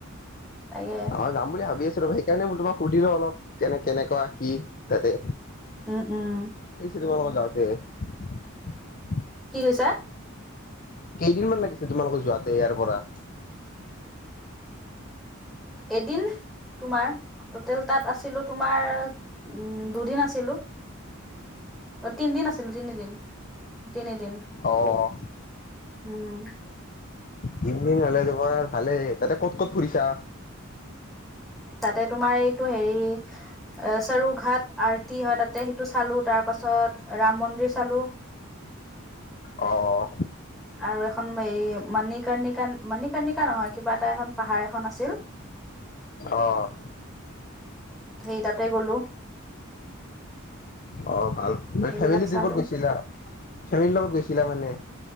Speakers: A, in the centre; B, on the left.
A: তাকে
B: অ' যাম বুলি ভাবি আছো। সেইকাৰণে মই তোমাক সুধিলো অলপ কেনে কেনেুৱা কি তাতে।
A: উম, উম।
B: তোমাৰ লগত যাওঁতে।
A: কি কৈছা।
B: কেইদিনমান লাগিছে তোমালোকৰ যোৱাতে ইয়াৰ পৰা।
A: এদিন তোমাৰ ট'টেল তাত আছিলো তোমাৰ উম, দুদিন আছিলো। অ' তিনদিন আছিলো তিনিদিন তিনিদিন
B: অ'
A: উম।
B: তিনদিন হলে তোমাৰ ভালেই। তাতে ক'ত ক'ত ফুৰিছা?
A: তাতে তোমাৰ এইটো হেৰি চৰু ঘাট আৰটি হয় তাতে সেইটো চালো তাৰ তাৰপাছত ৰাম মন্দিৰ চালোঁ।
B: অ'।
A: আৰু এখন এই মানিক। কৰ্নিকা মণিকৰ্নিকা নহয় কিবা এটা এখন পাহাৰ এখন আছিল। উ,
B: অ'
A: সেই তাতে গলো।
B: অ' ভাল তুমি
A: সেইবিলাক
B: ফেমেলীট্ৰীপত
A: চালো
B: গৈছিলা। ফেমেলী লগত গৈছিলা মানে।